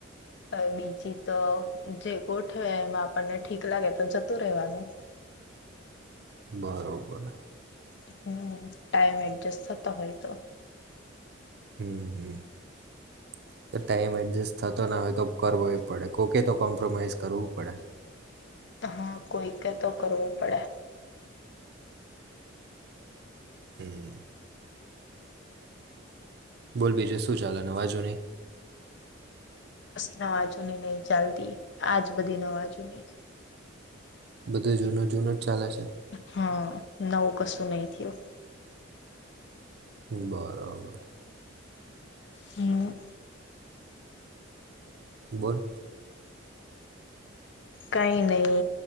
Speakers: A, on the left; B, on the right.
A: હ બીજી તો જે ગોઠવે એમાં આપણને ઠીક લાગે તો જતું રહેેવાનું
B: બરોબર <inaudible>
A: હમ ટાઈમ એડજસ્ટ થ તો હોય તો
B: હમ હમ ટાઈમ એડજસ્ટ થતો ના હોય તો કરવો પડે કોકે તો કોમ્પ્રોમાઈઝ કરવું પડે
A: હા કોઈ કે તો કરવું પડે
B: હમ <inaudible> બોલ બીજું શું ચાલે નવા જુની
A: નવાજુની નહીિ ચાલતી આજ બધી નવાજુની
B: બધું જૂનો જૂનો જ ચાલે છે
A: હા નવું કશું નહી થયું
B: બરાબર <inaudible>
A: હમ
B: બોલ
A: કઈ નહી